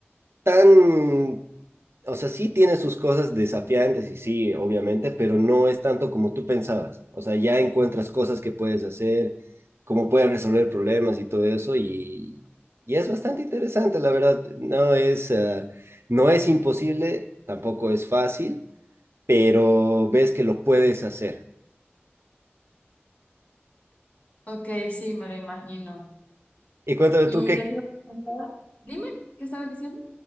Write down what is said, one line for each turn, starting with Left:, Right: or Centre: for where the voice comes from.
Right: tan, o sea, sí tiene sus cosas desafiantes y sí, obviamente, pero no es tanto como tú pensabas. O sea, ya encuentras cosas que puedes hacer, cómo puedes resolver problemas y todo eso y, y es bastante interesante, la verdad. No es, eh, no es imposible, tampoco es fácil, pero ves que lo puedes hacer.
Left: Ok, sí, me lo imagino.
Right: Y cuéntame
Left: ¿Y
Right: tú, ¿qué
Left: qué te iba a preguntar? Dime, ¿qué estabas diciendo?